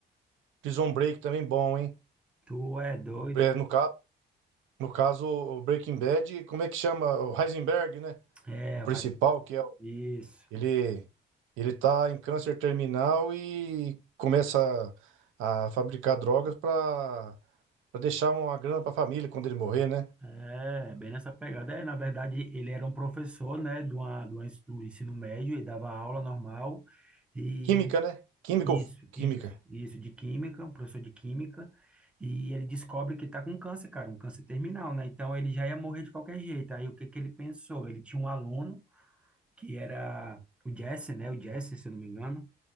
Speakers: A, on the right (about 80°); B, in the centre.
A: Prison Break também bom, hein?
B: Tu é doido?
A: É, No caso No caso, o Breaking Bad, como é que chama? O Heisenberg, né?
B: É,
A: O principal,
B: o Ra-
A: que é. o-
B: isso.
A: Ele, ele tá em câncer terminal e começa a, a fabricar drogas para deixar uma grana para a família quando ele morrer, né?
B: É, bem nessa pegada. É, na verdade, ele era um professor, né, de uma, de uma ens- do ensino médio e dava aula normal. E
A: Química, né? Química
B: isso,
A: ou química?
B: isso, isso, de química, um professor de química. E ele descobre que tá com câncer, cara, um câncer terminal, né? Então ele já ia morrer de qualquer jeito. Aí o que que ele pensou? Ele tinha um aluno que era o Jesse, né? O Jesse, se eu não me engano,